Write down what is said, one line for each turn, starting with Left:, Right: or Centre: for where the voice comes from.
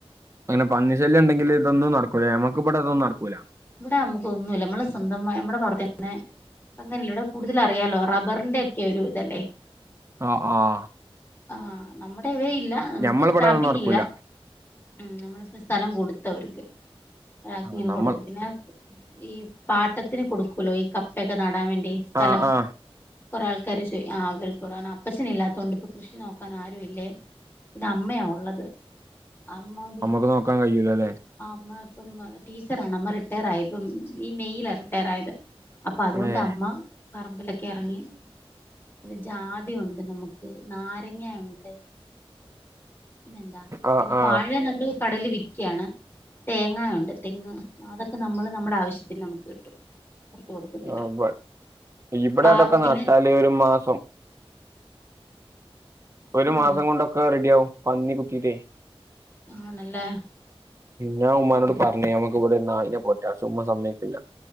Right: അങ്ങനെ പന്നി ശല്ല്യണ്ടെങ്കില് തൊന്നും നടക്കൂല. ഞമ്മക്ക് വടെ തൊന്നും നടക്കൂല.
Left: വടെ നമ്മുക്കോന്നുല്ല. മ്മള് സ്വന്തമായി അമ്മടെ പാടത്തെന്നെ അങ്ങൻല്ലെടാ കൂടുതല റിയാലോ റബ്ബർന്റെയൊക്കെ ഒരു തല്ലേ.
Right: ആഹ് ആഹ് ആഹ്
Left: ആഹ് നമ്മടെ ഇവിടെയില്ല. നമുക്ക്
Right: ഞമ്മളിവിടെ
Left: ടാപ്പിങ്
Right: അതൊന്നും നടക്കൂല
Left: ഇല്ല. ഉം നമ്മളിപ്പോ സ്ഥലം കൊടുത്തവർക്ക്. റാക്കിങ്ങിൽ
Right: ആ നമ്മൾ
Left: കൊടുത്ത് പിന്നെ ഈ പാട്ടത്തിന് കൊടുക്കല്ലോ ഈ കപ്പയൊക്കെ നടാവേണ്ടി സ്ഥലം.
Right: ആ ആ
Left: കുറേ ആൾക്കാര് ചോയി ആഹ് അവർക്കൊടണ പ അപ്പഛനില്ലാത്തോണ്ട് ഇപ്പം കൃഷി നോക്കാൻ ആരും ഇല്ലേ. പിന്നെ അമ്മയാ ഒള്ളത്. അമ്മ
Right: അമ്മക്ക് നോക്കാകയ്യൂലലെ.
Left: ആഹ് അമ്മ ഇപ്പം ന്ന ടീച്ചറാണമ്മ. റിട്ടേയറായി പ്പം. ഈ മേയിലായിര്ന്ന് റിട്ടേയറായത്. അപ്പ അതോണ്ട്
Right: ഏ
Left: അമ്മ പറമ്പില ക്കെ എറങ്ങി പിന്നെ ജാതി ഉണ്ട് നമുക്ക്. നാരങ്ങ ഉണ്ട് പിന്നെന്താ
Right: ആ
Left: പിന്നെ
Right: ആ
Left: വാഴ നമ്മള് കടേല് വിക്ക്യാണ്. തേങ്ങായുണ്ട്. തെങ് അതൊക്കെ നമ്മള് നമ്മടെ ആവശ്യത്തിന് നമുക്ക് കിട്ടും. പുറത്ത് കൊടുക്കത്തില്ല
Right: ആഹ് ഉവ്വ്. ഇവടെ
Left: പ്ലാവ്
Right: അതൊക്കെ
Left: പിന്നെ
Right: നട്ടാല് ഒരു മാസം ഒരു
Left: ആഹ്
Right: മാസം കൊണ്ടൊക്കെ റെഡിയാവും പന്നി കുത്തിട്ടേ
Left: ആണല്ലേ
Right: ഞാൻ ഉമ്മാനോട്
Left: ഉം
Right: പർഞ്ഞ് നമ ഇവ്ടെ ഒരു നായിനെ പൊറ്റാ. പക്ഷെ ഉമ്മ സമ്മയ്ക്കില്ല.